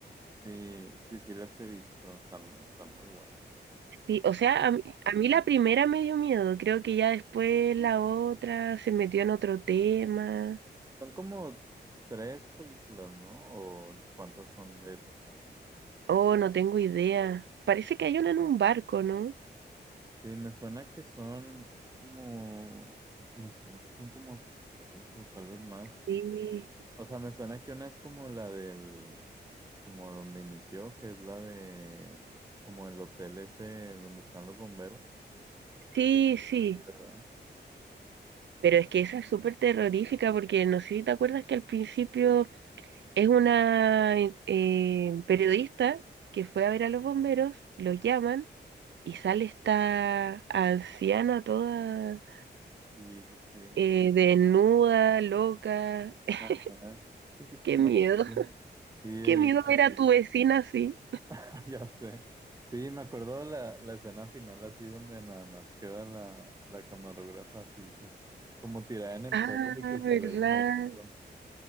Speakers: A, on the right; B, on the right.
A: sí, sí, sí las he visto, están, están muy buenas.
B: Sí, o sea, a, mí a mí la primera me dio miedo, creo que ya después la otra se metió en otro tema.
A: Son como tres películas, ¿no? ¿O cuántas son de esa saga?
B: Oh, no tengo idea. Parece que hay una en un barco, ¿no?
A: Sí, me suena que son como, me suena que son como tres o tal vez más.
B: Sí,
A: O sea, me suena que una es como la del, como donde inició, que es la de, como el hotel ese donde están los bomberos,
B: sí, sí.
A: Sí, ¿verdad?
B: Pero es que esa es súper terrorífica porque no sé si te acuerdas que al principio es una eh, eh, periodista que fue a ver a los bomberos, los llaman y sale esta anciana toda
A: Sí, sí, sí.
B: eh, desnuda, loca. <laughs>
A: Ajá. Sí, sí, sí,
B: ¡Qué
A: me
B: miedo!
A: acuerdo. Sí,
B: Qué miedo
A: y-
B: ver a tu vecina así.
A: <laughs> Ya sé. Sí, me acuerdo la, la escena final así donde nada más queda la, la camarógrafa así como, como tirada en el
B: Ah,
A: suelo de que se
B: ¿verdad?
A: ve el monstruo.